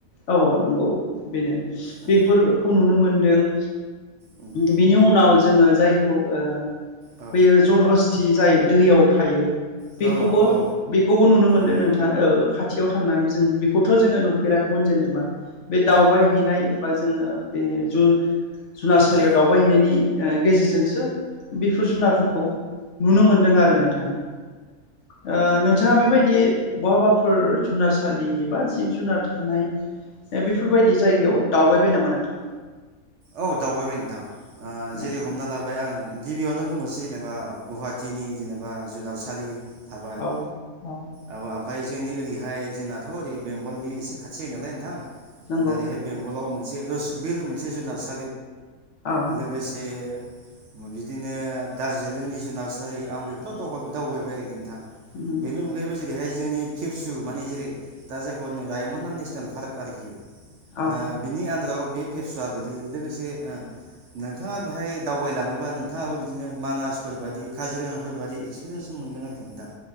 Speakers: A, on the left; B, on the right.
A: औ नंगौ बेनो
B: ओ
A: बेफोरखौ नुनो मोन दों
B: उम
A: बिनि उनाव जोङो जायख खौ ओ
B: औ
A: बैयो जल हस्ती खि जायो दैयाव थ थायो
B: औ औ
A: बेखौबो नुनो मोनदों
B: औ
A: नोंथाङा खाथियाव थांनानै जों बेखौथ जोङो नुफेराख खैमोन जेनेबा बे दावबाय हैैनाय बा जोङो बे जुनारसालियाव
B: औ
A: दावबायहैनायनि ओ गेजेरजों बेफोर जुनारफोरखौ नुनो मोनदों आरो नोंथां ओ नोंथाङा बेबायदि बहाबाफोर जुनारसालि बा जिब जुनार थानाय बेफोरबायदि जायगायाव दाउ बायबाय नामा नोंथां?
B: औ दावबायबाय नोंथां। ओ
A: औ
B: जेरै हमना लाबाय आं गिबियावनो बुंनोसै जेनेबा गुवाहाटिनि जेनेबा जुनारसालि थाबाय
A: औ औ
B: आब आ ओमफ्राय जोंनि ओरैहाय जोंनाथ ओरै बेंगलनि एसे खाथि जायो नालाय नोंथां।
A: नंगौ
B: जोंहा एरैहाय बेंगलाव मोन मोनसे रसक बिल मोनसे जुनार <unintelligible> दं
A: औ
B: लोगोसे बिदिनो दार्जिलिंनि जुनारसालि आं बेफोरोव दावबायबाय आरोखि नोंथा
A: नंगौ
B: बेनि अनगायैबो जेरैहाय जोंनि फेबसु मानानि जेरै दा जायखौ होन रायमना नेसनेल पार्क आरोखि। ओ
A: औ
B: बेनि आनदाराव बे फेबसुव आ गोग्लैयो। लोगोसे नोंथाङा बेहाय दावबायलाङोबा नोंथाङाबो बिदिनो मानासफोर बादि काजिरङाफोर बादि एक्सपिरियेन्स मोनगोन आरोखि नोंथां।